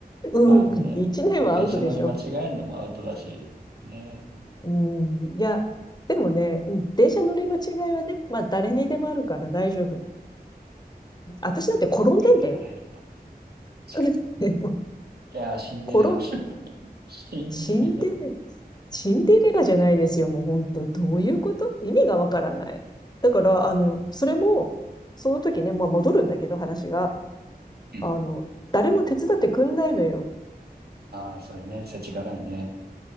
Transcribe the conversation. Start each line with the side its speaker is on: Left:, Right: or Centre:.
Left: うん、
Right: まあね、
Left: 1年はアウトでしょ。
Right: 電車乗り間違えんのもアウトだし、ね。
Left: うん、いや、でもね、うん、電車乗り間違いはね、まあ誰にでもあるから大丈夫。私だって転んでんだよ。
Right: 言ってもらえると。確かに
Left: <laughs> でも
Right: いやー、シンデレラ。
Left: 転
Right: <laughs> シンデレラ。
Left: シンデレラ、
Right: い
Left: シンデレラじゃないですよ。もう本当どういうこと意味がわからない。だから、あの、
Right: や、うん。
Left: それも、その時ね、まあ戻るんだけど、話が。
Right: うん
Left: あの、誰も手伝ってくんないのよ。
Right: ああ、それね、世知辛いね。